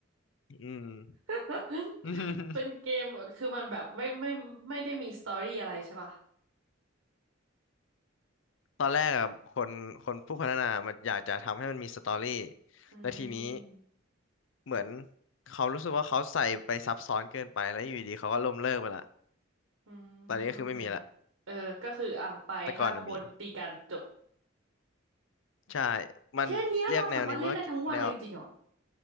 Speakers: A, on the left; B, on the right.
A: อืม
B: <laughs>
A: <laughs>
B: เป็นเกมคือมันแบบไม่ไม่ไม่ได้มีสตอรี่อะไรใช่ป่ะ
A: ตอนแรกอะคนคนผู้พัฒนามันอยากจะทำให้มันมีสตอรี่
B: อืม
A: และทีนี้ เหมือนเขารู้สึกว่าเขาใส่ไปซับซ้อนเกินไปแล้วอยู่ดีเขาก็ล้มเลิกไปละ
B: อืมโอเค
A: ตอนนี้ก็คือไม่มีละ
B: เออก็คืออ่ะไปห้าคนตีกันจบ
A: แต่ก่อนน่ะมีใช่มันเรียกแนวนี้ว่าแนว
B: แค่เนี้ยเราสามารถเล่นได้ทั้งวันเลยจริงๆเหรอ